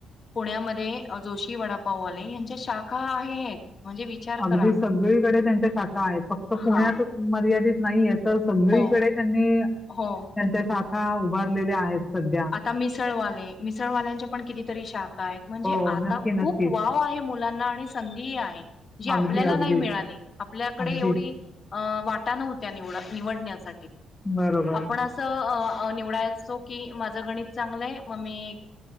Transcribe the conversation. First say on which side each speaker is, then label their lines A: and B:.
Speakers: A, on the left; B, on the left.
A: पुण्यामध्ये की वडापाववाले यांच्या शाखा आहेत म्हणजे विचार
B: अगदी
A: करा
B: सगळीकडे त्यांच्या शाखा आहेत फक्त पुण्यातच
A: हा
B: मर्यादित नाही आहेत तर सगळीकडे
A: हो
B: त्यांनी त्यांच्या
A: हो
B: शाखा उभारलेल्या आहेत सध्या
A: आता मिसळवाले मिसळवाल्यांच्या पण कितीतरी शाख काय म्हणजे
B: हो
A: आता
B: नक्की नक्कीच
A: खूप वाव आहे मुलांना आणि संधीही आहे जी आपल्याला
B: अगदी अगदीच
A: नाही मिळाली आपल्याकडे
B: अगदीच
A: एवढी अं वाटा नव्हत्या निवड निवडण्यासाठी
B: बरोबर
A: आपण असं निवडायचो की माझं गणित चांगलंय मग मी